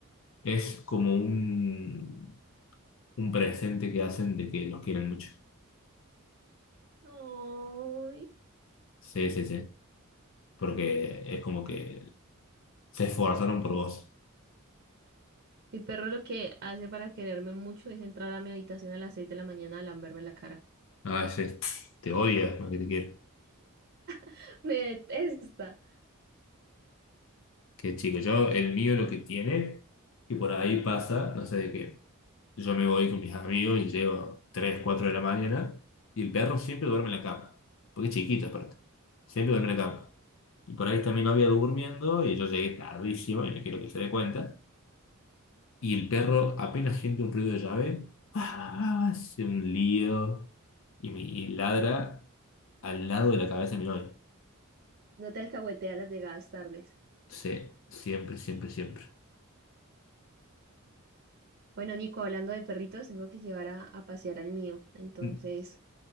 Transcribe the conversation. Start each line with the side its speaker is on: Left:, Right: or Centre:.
Left: Es como un, un presente que hacen de que los quieren mucho.
Right: Ay,
Left: Sí, sí, sí. Porque es como que se esforzaron por vos.
Right: mi perro lo que hace para quererme mucho es entrar a mi habitación a las 6 de la mañana a lamberme la cara.
Left: A veces te odia más que te quiere.
Right: <laughs> Me detesta.
Left: Que chico, yo, el mío lo que tiene, que por ahí pasa, no sé de qué. Yo me voy con mis amigos y llego 3 4 de la mañana y el perro siempre duerme en la cama. Porque es chiquito aparte. Siempre duerme en la cama. Y por ahí está mi novia durmiendo y yo llegué tardísimo y no quiero que se dé cuenta. Y el perro apenas siente un ruido de llave, ¡ah! hace un lío y, mi- y ladra al lado de la cabeza de mi novia.
Right: No te alcahuetea las llegadas tardes.
Left: Sí, siempre, siempre, siempre.
Right: Bueno, Nico, hablando de perritos, tengo que llevar a, a pasear al mío, entonces
Left: Mm.